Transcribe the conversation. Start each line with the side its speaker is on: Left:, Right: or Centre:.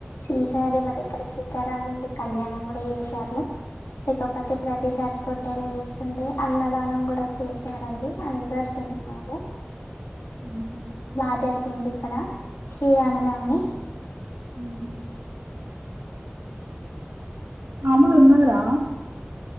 Left: ఈసారి మా దగ్గర సీతారాముల్ది కళ్యాణం గుడా చేశారు. లేకపోతే ప్రతిసారి తొట్టెలా చేస్తుండే అన్నదానం గుడా చేశారండి అందరు తిన్నారు.
Right: ఊహూ
Left: బా జరిగిందిక్కడ శ్రీరామనవమి
Right: హుహు. స్వాములు ఉన్నారా